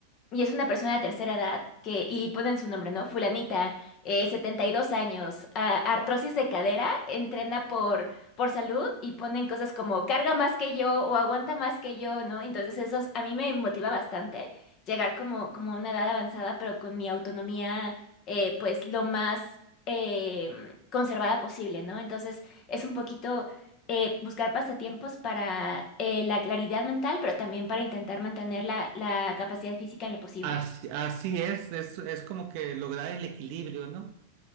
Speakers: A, on the left; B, on the right.
A: y es una persona de tercera edad que y ponen su nombre, ¿no? Fulanita, eh, 72 años, ah, artrosis de cadera, entrena por por salud y ponen cosas como carga más que yo o aguanta más que yo, ¿no? Entonces eso a mí me motiva bastante llegar como como a una edad avanzada, pero con mi autonomía eh, pues lo más eh, conservada posible, ¿no? Entonces es un poquito eh, buscar pasatiempos para eh, la claridad mental, pero también para intentar mantener la, la capacidad física en lo posible.
B: Así, así es, es, es como que lograr el equilibrio, ¿no?